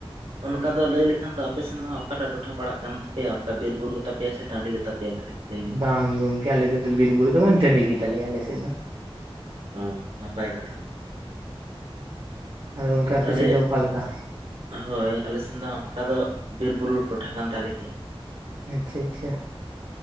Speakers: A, on the right (about 80°); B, on the right (about 60°).
A: ᱚᱱᱠᱟ ᱫᱚ ᱞᱟᱹᱭ ᱞᱮᱠᱷᱟᱱ ᱫᱚ ᱟᱯᱮ ᱥᱮᱱ ᱦᱚᱸ ᱚᱠᱟᱴᱟᱜ ᱴᱚᱴᱷᱟ ᱯᱟᱲᱟᱜ ᱠᱟᱱ ᱛᱟᱯᱮᱭᱟ ᱚᱱᱠᱟ ᱵᱤᱨ ᱵᱩᱨᱩ ᱜᱮ ᱛᱟᱯᱮᱭᱟ ᱥᱮ ᱴᱟᱺᱰᱤ ᱜᱮᱛᱟ ᱯᱮᱭᱟ ᱠᱟᱹᱴᱤᱡ ᱞᱟᱹᱭ ᱵᱤᱱ
B: ᱵᱟᱝ ᱜᱚᱝᱠᱮ ᱟᱞᱮ ᱥᱮᱫ ᱫᱚ ᱵᱤᱨ ᱵᱩᱨᱩ ᱫᱚ ᱵᱟᱝ ᱴᱟᱺᱰᱤ ᱜᱮ ᱛᱟᱞᱮᱭᱟ ᱟᱞᱮ ᱥᱮᱫ ᱫᱚᱼᱼ
A: ᱦᱚᱸ ᱱᱟᱯᱟᱭ ᱠᱟᱛᱷᱟ
B: ᱟᱫᱚ ᱜᱚᱝᱠᱮ ᱟᱯᱮ
A: ᱛᱟᱦᱚᱞᱮ
B: ᱥᱮᱫ ᱫᱚ ᱚᱠᱟ ᱞᱮᱠᱟ
A: ᱦᱳᱭ ᱟᱞᱮᱥᱮᱱ ᱫᱚ ᱚᱱᱠᱟ ᱫᱚ ᱵᱤᱨ ᱵᱩᱨᱩ ᱴᱚᱴᱷᱟ ᱠᱟᱱ ᱛᱟᱞᱮ ᱜᱮᱭᱟ
B: ᱟᱪᱪᱷᱟ ᱟᱪᱪᱷᱟ